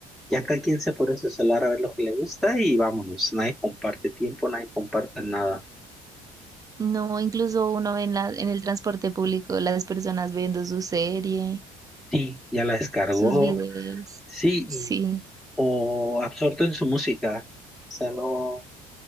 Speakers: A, in the centre; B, on the right.
A: ya cada quien se pone en su celular a ver lo que le gusta y vámonos, nadie comparte tiempo, nadie comparte nada.
B: No, incluso uno ve en la, en el transporte público las personas viendo su serie,
A: Sí, ya la descargó,
B: sus videos.
A: sí,
B: Sí,
A: y- o absorto en su música, o sea, no,